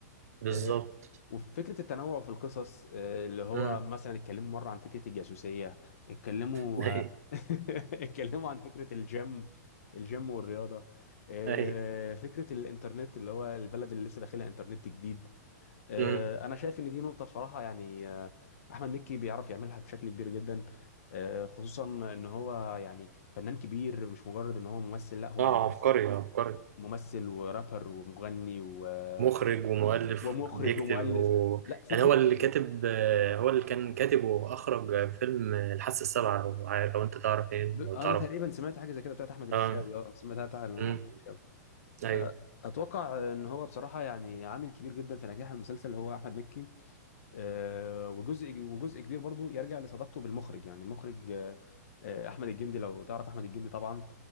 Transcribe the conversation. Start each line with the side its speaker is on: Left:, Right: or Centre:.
Right: بالظبط
Left: آه، وفكرة التنوع في القصص آه، اللي هو
Right: امم
Left: مثلا اتكلموا مرة عن فكرة الجاسوسية اتكلموا
Right: <laughs> اي
Left: آه، <laughs> اتكلموا عن فكرة الجيم الجيم والرياضة آه،
Right: اي
Left: فكرة الإنترنت اللي هو البلد اللي لسه داخلها إنترنت جديد آه،
Right: امم
Left: أنا شايف إن دي نقطة بصراحة يعني آه، أحمد مكي بيعرف يعملها بشكل كبير جدا آه، خصوصا إن هو يعني فنان كبير مش مجرد إن هو ممثل لا هو
Right: اه
Left: ممثل
Right: عبقري عبقري
Left: ممثل ورابر ومغني و-
Right: مخرج ومؤلف
Left: ومخرج
Right: بيكتب
Left: ومؤلف
Right: و...
Left: لا فكرة
Right: يعني هو اللي كاتب آه، هو اللي كان كاتب واخرج فيلم الحاسه السابعه لو عارف- لو انت تعرف ايه
Left: ب- انا
Right: لو تعرف
Left: تقريبا سمعت حاجه زي كده بتاعت احمد الفيشاوي
Right: اه
Left: اه سمعتها بتاعت
Right: امم
Left: احمد الفيشاوي
Right: ايوه
Left: أه، اتوقع ان هو بصراحه يعني عامل كبير جدا في نجاح المسلسل اللي هو احمد مكي أه، وجزء وجزء كبير برضو يرجع لصداقته بالمخرج يعني المخرج أه، أه، احمد الجندي لو تعرف احمد الجندي طبعا